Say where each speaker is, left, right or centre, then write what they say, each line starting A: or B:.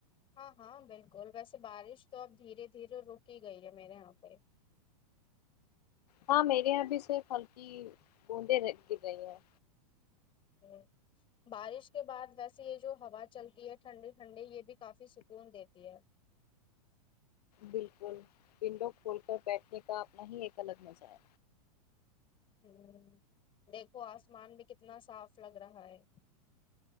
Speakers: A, on the left; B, on the left.
A: ہاں ہاں بالکل ویسے بارش تو اب دھیرے دھیرے رکی گئی ہے میرے یہاں پہ
B: ہاں میرے یہاں بھی صرف ہلکی بوندیں گر رہی ہیں
A: جوں بارش کے بعد ویسے یہ جو ہوا چلتی ہے ٹھنڈی ٹھنڈی یہ بھی کافی سکون دیتی ہے
B: بالکل ونڈو کھول کر بیٹھنے کا اپنا ہی ایک الگ مزہ ہے
A: ہوں دیکھو آسمان بھی کتنا صاف لگ رہا ہے